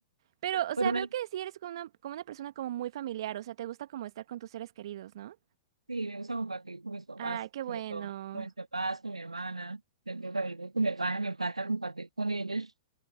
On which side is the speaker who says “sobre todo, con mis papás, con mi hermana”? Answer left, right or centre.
Right